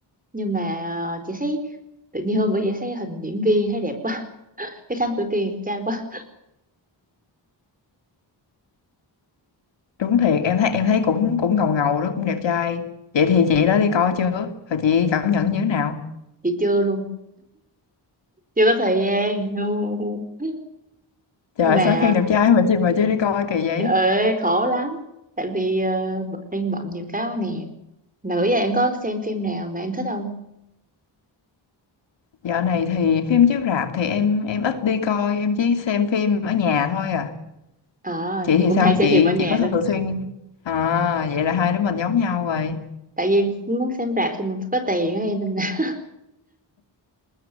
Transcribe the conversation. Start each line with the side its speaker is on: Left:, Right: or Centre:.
Right: Nhưng mà ờ, chị thấy, tự nhiên hôm bữa giờ thấy hình diễn viên thấy đẹp quá, <laughs> cái Thám Tử Kiên đẹp trai quá.
Left: Đúng thiệt, em thấy em thấy cũng cũng ngầu ngầu đó, cũng đẹp trai. Vậy thì chị đã đi coi chưa? Rồi chị cảm nhận như thế nào?
Right: Chị chưa luôn, chưa có thời gian. <laughs>
Left: Trời
Right: Nhưng
Left: ơi,
Right: mà,
Left: sao khen đẹp trai mà chị mà chưa đi coi kỳ vậy?
Right: trời ơi, khổ lắm. Tại vì ờ, b- đang bận nhiều cái quá nè Mà bữa giờ em có xem phim nào mà em thích không?
Left: Dạo này thì phim chiếu rạp thì em em ít đi coi, em chỉ xem phim ở nhà thôi à.
Right: À,
Left: chị
Right: thì
Left: thì
Right: cũng
Left: sao
Right: hay xem
Left: chị
Right: phim ở nhà
Left: chị có
Right: lắm.
Left: thường xuyên à vậy là hai đứa mình giống nhau rồi
Right: Tại vì muốn xem rạp thì mình phải có tiền á em nên là